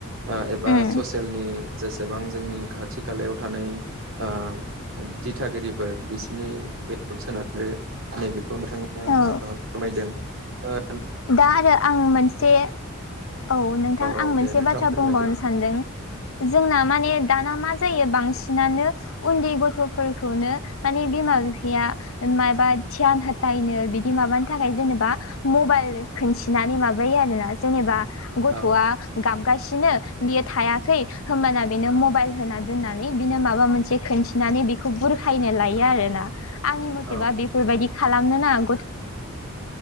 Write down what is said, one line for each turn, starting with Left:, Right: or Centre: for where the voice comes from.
Right: ओ एबा
Left: उम
Right: ससेयलनि जेसेबां जोंनि खाथि खालायाव थानाय ओ दिथागिरिफोर बिसोरनि बेलायाव सोनारो नैबेखौ नोंथां
Left: औ
Right: ओ फोरमायदों ओ
Left: दा आरो आं मोनसे औ नोंथां
Right: औ
Left: आं
Right: दे
Left: मोनसे
Right: नोंथां
Left: बाथ्रा
Right: फोरमायदो
Left: बुंबावनो सानदों जोंना माने दाना मा जायो बांसिनानो उन्दै गथ'फोरखौनो माने बिमा बिफाया मायबा थियाथार नायनो बिदि माबानि थाखाय जेनेबा मबाइल खिन्थिनानै माबायो आरोना जेनेबा गथ'आ
Right: औ
Left: गाबगासिनो बियो थायाखै होमबाना बेनो मबाइल होना दोननानै बिनो माबा मोनसे खोनसे खोन नानै बेखौ बुरखायनो लायो आरोना आंनि मथेबा
Right: औ
Left: बेफोरबायदि खालामनो नाङा गथ'